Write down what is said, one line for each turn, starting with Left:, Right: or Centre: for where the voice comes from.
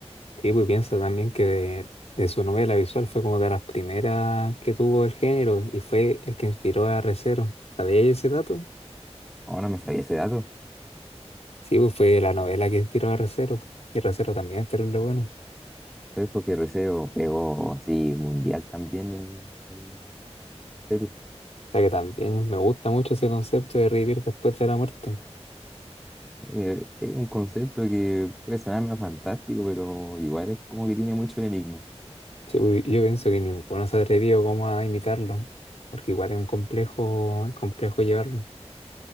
Left: Sí, pues piensa también que de, de su novela visual fue como de las primeras que tuvo el género y fue el que inspiró a Re:Zero. ¿Sabías ese dato?
Centre: No, no me sabía ese dato.
Left: Sí, pues fue la novela que inspiró a Re:Zero. Y Re:Zero también es terrible bueno.
Centre: Pero es porque Receo pegó así mundial también en, en la serie.
Left: O sea que también me gusta mucho ese concepto de revivir después de la muerte.
Centre: Eh, es un concepto que puede sonar medio fantástico, pero igual es como que tiene mucho enigma.
Left: Sí, pues, yo pienso que ninguno se atrevió como a imitarlo, porque igual es un complejo, es complejo llevarlo.